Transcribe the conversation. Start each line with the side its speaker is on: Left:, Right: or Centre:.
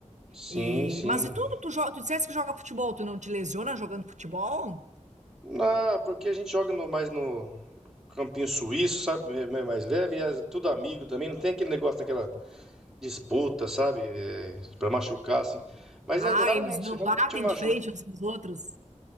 Centre: sim,
Right: E,
Centre: sim.
Right: mas e tu, tu, jo- tu disseste que joga futebol, tu não te lesiona jogando futebol?
Centre: Ah, porque a gente joga no- mais no campinho suíço, sabe? É mais mais leve, e as- tudo amigo também. Não tem aquele negócio daquela disputa, sabe? É, para machucar, assim. Mas
Right: Ah,
Centre: é raramente,
Right: eles não
Centre: raramente
Right: batem
Centre: me machuca.
Right: de frente uns com os outros?